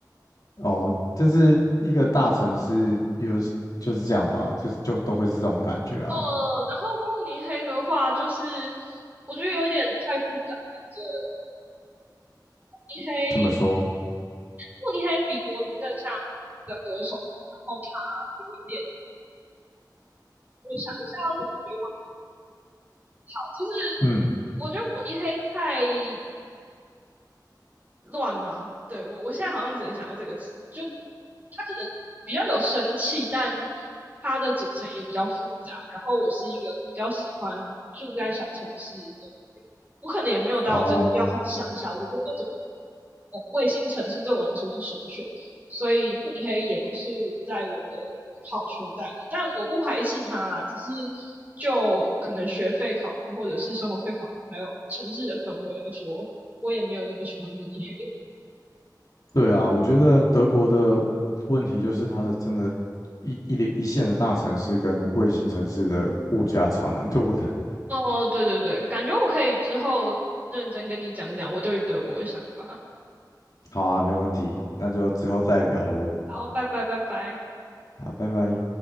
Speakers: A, on the left (about 55°); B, on the right (about 25°).
A: 哦，就是一个大城市，有就是这样吧，就是就都会是这种感觉啊。
B: 呃，然后慕尼黑的话，就是我觉得有一点太复杂。对，慕尼黑，
A: 这么说，
B: 慕尼黑比柏林更像德国的首手，然后它有一点，我想一下要怎么委婉好，就是
A: 嗯，
B: 我觉得慕尼黑太乱吗？对，我我现在好像只能想到这个词，就它可能比较有生气，但它的组成也比较复杂。然后我是一个比较喜欢住在小城市的我可能也没有到真的要很乡下，
A: 哦，
B: 我觉得那种呃卫星城市对我来说是首选，所以慕尼黑也不是在我的好圈带里但我不排斥它啦，只是就可能学费考量或者是生活费考量，还有城市的氛围来说，我也没有那么喜欢慕尼黑。
A: 对啊，我觉得德国的问题就是它的真的一，一一一线的大城市跟卫星城市的物价差蛮多的。
B: 哦，对对对，感觉我可以之后认真跟你讲讲我对于德国的想法。
A: 好啊，没问题，那就之后再聊喽。
B: 好，拜拜拜拜。
A: 好，拜拜。